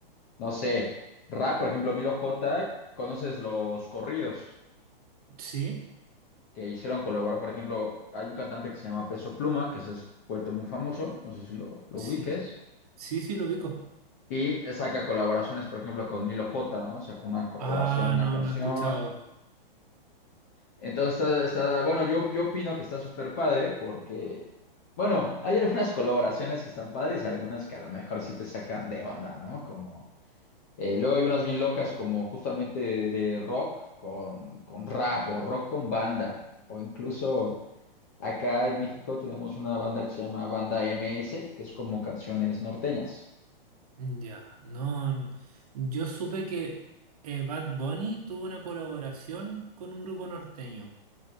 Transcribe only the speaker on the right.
¿Sí?
Sí.
Sí, sí, lo ubico.
Ah,
no,
no he escuchado.
Mm, Ya, no. n- Yo supe que eh, Bad Bunny tuvo una colaboración con un grupo norteño,